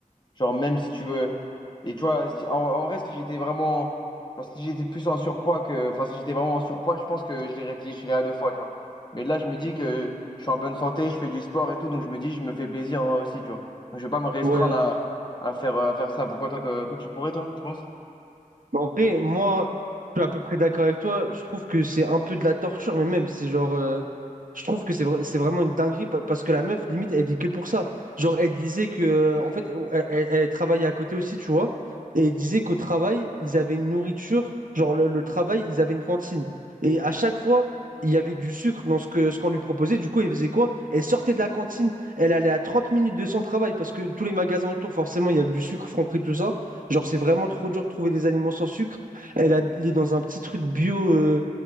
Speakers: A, on the left; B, on the right.
A: Genre, même si tu veux. Et tu vois, si- en, en vrai, si j'étais vraiment. enfin, si j'étais plus en surpoids que. Enfin, si j'étais vraiment en surpoids, je pense que j'y réfléchirais à deux fois, tu vois. Mais là, je me dis que je suis en bonne santé, je fais du sport et tout, donc je me dis, je me fais plaisir moi aussi, tu vois. Donc, je vais pas me restreindre
B: Ouais,
A: à, à faire, euh, à faire ça. Pourquoi toi, toi, toi, tu pourrais, toi, tu penses?
B: Mais en vrai, moi, je suis à peu près d'accord avec toi. Je trouve que c'est un peu de la torture, mais même, c'est genre. euh, je trouve que c'est vra- c'est vraiment une dinguerie pa- parce que la meuf, limite, elle vit que pour ça. Genre, elle disait que. euh, En fait, elle, elle- elle travaillait à côté aussi, tu vois. Et elle disait qu'au travail, ils avaient une nourriture. Genre, le, le travail, ils avaient une cantine. Et à chaque fois, il y avait du sucre dans ce que, ce qu'on lui proposait. Du coup, elle faisait quoi? Elle sortait de la cantine. Elle allait à 30 minutes de son travail parce que tous les magasins autour, forcément, il y a que du sucre, Franprix, tout ça. Genre, c'est vraiment trop dur de trouver des aliments sans sucre. Elle a, il est dans un petit truc bio, euh,